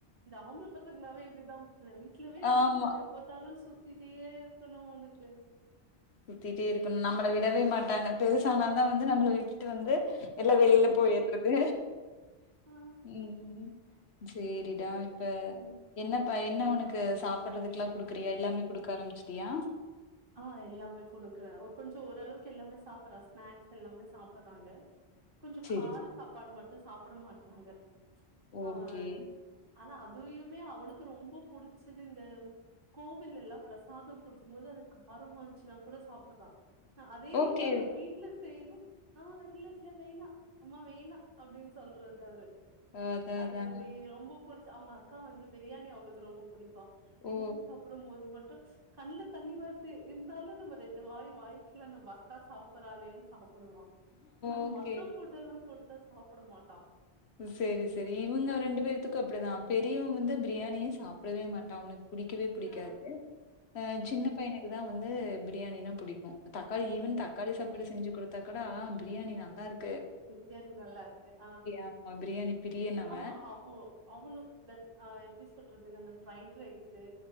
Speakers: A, on the right (about 55°); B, on the left (about 75°).
A: இந்த ஆம்ப்ள பசங்க நாவே இப்டிதா ல வீட்லவே இருக்க
B: ஆமா
A: கூடாது எப் பாத்தாலு சுத் திட்டே இருக்கனு அவுனுக்கு
B: சுத்திட்டே இருக்கன் நம்மள விடவே மாட்டாங்க பெருசானாதா வந்து நம்பள விட்டுட்டு வந்து எல்லா வெளில
A: ஆமா
B: போய் ஏக்றது
A: ஆ
B: ம் ம் சேரிடா
A: சரி
B: இப்ப
A: சரி ம்
B: என்னப என்ன உனக் கு சாப்பட்டுறதுக்கெல்லா குடுக்குறியா எல்லாமே குடுக்க ஆரம்பிச்சிட்டியா
A: அ எல்லாமே குடுக்குறே ஒ கொஞ்சோ ஒரளவுக்கு எல்லாமே சாப்புற ஸ்நாக்ஸ் எல்லாமே சாப்புறாங்க கொஞ்சோ
B: சேரி
A: கார சாப்பாடு மட்டு சாப் புட மாட்றாங்க
B: ஓகே
A: அவ ஆனா அதுயுமே அவளுக்கு ரொம்ப புடிச்சது இந்த கோவிலெல்லா ப்ரசாதோ குடுக்கும் போது அது காரமான்ச்சுனா கூட சாப்புற்றா அதேதா
B: ஓகே
A: நா வீட்ல செய்வ ஆ இல்ல இல்ல வேணா அம்மா வேணா அப்டினு சொல்றது அவுரு
B: அதா
A: அது
B: அதா
A: மாரி ரொம்போ புடிச்சு அவங்க அக்கா வந்து பிரியாணி அவுளுக்கு ரொம்ப புடிக் கோ பிரியாணி
B: ஓ
A: சாப்புடும் போது மட் கண்ல தண்ணி வ இர்ந்தாலு நம்ம ரெண்டு வாய் வாய்ங்கில நம்ம அக்கா சாப்பறலேன்னு சாப் <unintelligible> ஆனா
B: ஓகே
A: மத்த ஃபுட் எல்லாம் குடுத்தா சா ப்பட மாட்டா
B: செரி சீரி இவுங்க ரெண்டு பேர்த்துக்கு அப்டிதா பெரியவ வந்து ப்ரியாணியே சாப்டவே மாட்டா அவ்னுக்கு புடிக்கவே புிடிக்காது
A: ஆ
B: அ
A: ம்
B: சின்ன பைனுக்கு தா வந் வந்து பிரியாணினா புடிக்கு தக்காளி ஈவன் தக்காளி சாப்பாடு செஞ்சு குடுத்தா கூட பிரியாணி நல்லாருக்
A: <inaudible> அ ச்ச்
B: ஆமா பிரியாணி பிரியனவன்.
A: ஆமா அப்போ அவனுக் த் அ எப்டி சொ ல்றது அந்த ஃப்ரைட் ரைசு